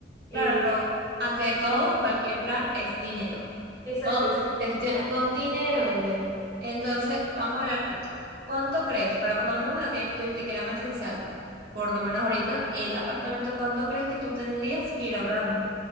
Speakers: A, on the left (about 20°); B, on the right (about 60°).
A: eh,
B: Claro, pero ante todo, cualquier plan es dinero.
A: exacto,
B: Todo
A: exacto.
B: se gestiona con dinero, bebé. Entonces,
A: Sí,
B: vamos a hablar claro. ¿Cuánto crees? Para por lo menos lo que tú dijiste que era más esencial, por lo menos ahorita, el apartamento, ¿cuánto crees que tú tendrías que ir ahorrando?